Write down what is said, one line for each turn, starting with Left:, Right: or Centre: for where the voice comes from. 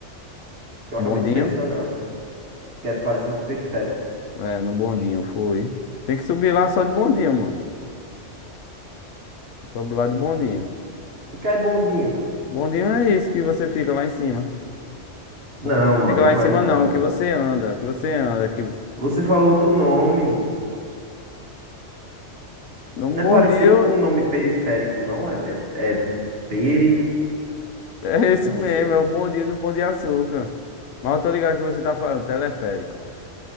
Right: que eu
Left: Bondinho?
Right: acabei de mencionar, que é parecido com periféricos.
Left: É, no bondinho, foi. Tem que subir lá só de bondinho, mano. Sobe lá de bondinho.
Right: O que é bondinho?
Left: Bondinho é isso que você fica lá em cima.
Right: Não,
Left: O que você
Right: mano,
Left: fica lá
Right: não
Left: em cima
Right: é não.
Left: não, o que você anda, o que você anda, que...
Right: Você falou outro nome.
Left: No
Right: Não
Left: Bom
Right: é parecido
Left: Dia,
Right: com o nome periférico, não? É, é, é peri.
Left: é esse
Right: Não
Left: mesmo,
Right: sei.
Left: é o Bom Dia do Pão de Açúcar. Mas eu tô ligado que você tá falando, teleférico.